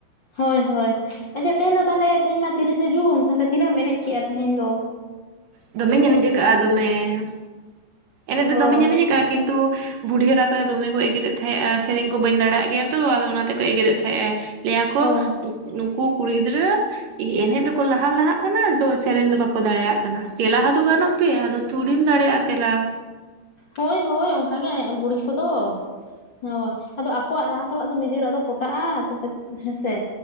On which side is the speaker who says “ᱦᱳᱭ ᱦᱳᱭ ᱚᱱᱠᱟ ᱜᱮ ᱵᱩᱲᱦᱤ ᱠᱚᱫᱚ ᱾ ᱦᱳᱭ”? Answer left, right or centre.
Left